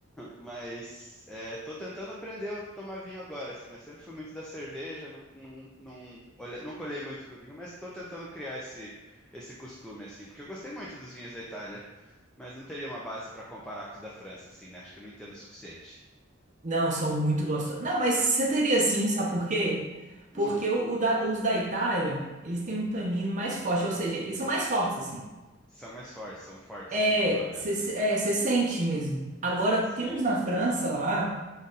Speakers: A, in the centre; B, on the right.
A: Mas é, tô tentando aprender a tomar vinho agora, assim, né? Eu sempre fui muito da cerveja, não, não, não, olha, nunca olhei muito pro vinho, mas tô tentando criar esse, esse costume, assim, porque eu gostei muito dos vinhos da Itália, mas não teria uma base para comparar com os da França, assim, né? Acho que eu não entendo o suficiente.
B: Não, são muito gostosos. Não, mas você teria sim, sabe por quê? Porque
A: Hum,
B: o, o da- os da Itália, eles têm um tanino mais forte, ou seja, eles são mais fortes, assim.
A: são mais fortes, são fortes
B: É,
A: os vinhos lá mesmo,
B: você se-
A: né?
B: é, você sente mesmo. Agora,
A: Sim.
B: tem uns na França lá,